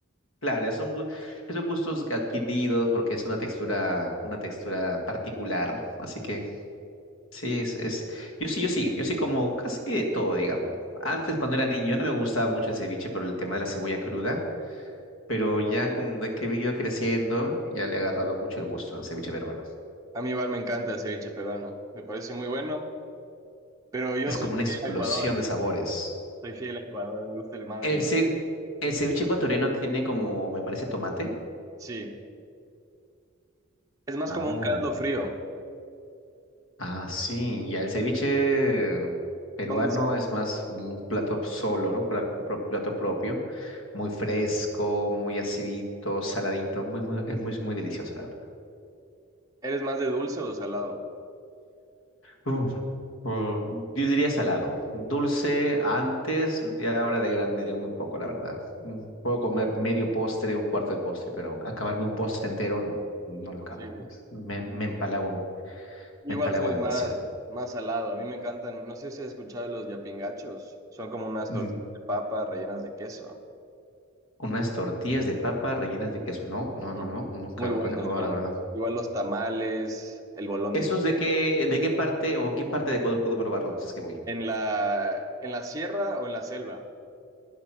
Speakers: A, on the left; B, on the right.
A: claro, es un, gu- son gustos que adquiridos porque es una textura, una textura particular. Así que sí, es, es, yo sí, yo sí, yo sí como casi de todo, digamos. ¿no? Antes, cuando era niño, no me gustaba mucho el ceviche por el tema de la cebolla cruda, pero ya con de que he ido creciendo, ya le he agarrado mucho el gusto al ceviche peruano.
B: A mí igual me encanta el ceviche peruano, me parece muy bueno, pero yo
A: Es
B: soy
A: como
B: fiel
A: una explosión
B: a Ecuador.
A: de sabores.
B: Soy fiel a Ecuador, me gusta el más
A: El,
B: del-
A: ce- el ceviche ecuatoriano tiene como, me parece, tomate.
B: Sí, es más
A: Oh.
B: como un caldo frío.
A: Ah, sí. Ya el ceviche peruano
B: Entonces,
A: es más como un plato solo, ¿no? Pra- pro- plato propio. Muy fresco, muy acidito, saladito. Muy, muy, es muy, muy delicioso, la verdad.
B: ¿eres más de dulce o salado?
A: Uf, uh, yo diría salado. Dulce antes, ya ahora de grande, muy poco, la verdad. Mm, Puedo comer medio postre, un cuarto de postre, pero acabarme un postre entero, no. No
B: Imposible.
A: lo acabo. Es- Me, me empalago
B: Igual
A: Me empalago
B: soy
A: demasiado.
B: más, más salado. A mí me encantan, no sé si has escuchado de los yapingachos. Son como unas
A: Mm,
B: tortillas de papa rellenas de queso.
A: unas tortillas de papa rellenas de queso. No, no,
B: Mm.
A: no, no. Nunca,
B: Muy
A: nunca
B: buenos
A: los he probado,
B: son.
A: la verdad.
B: Igual los tamales, el bolón
A: ¿Esos
B: de queso.
A: de qué, de qué parte o en qué parte de Ecuador puedo probarlos? Si es que voy.
B: ¿En la, en la sierra o en la selva?